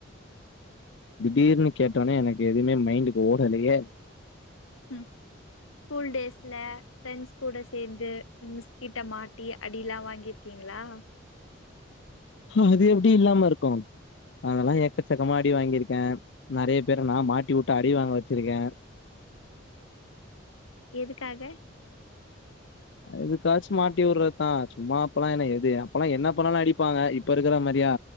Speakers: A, on the left; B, on the left.
A: திடீர்னு கேட்டோடனே எனக்கு எதுவுமே மைண்டுக்கு ஓடலையே
B: ம் ஸ்கூல் டேஸ்ல ஃப்ரெண்டஸ் கூட சேர்ந்து மிஸ்கிட்ட மாட்டி அடியிலா வாங்கிருக்கீங்களா
A: அது எப்படி இல்லாம இருக்கு அதெல்லா எக்கச்சக்கமா அடி வாங்கியிருக்க நிறைய பேரு நா மாட்டி விட்டு அடி வாங்க வச்சிருக்கே
B: எதுக்காக
A: அதுக்காச்சும் மாட்டி விடுறதுதா சும்மா அப்பெல்லாம் என்ன எது அப்பெல்லாம் என்ன பண்ணாலும் அடிப்பாங்க இப்ப இருக்கிற மாதிரியா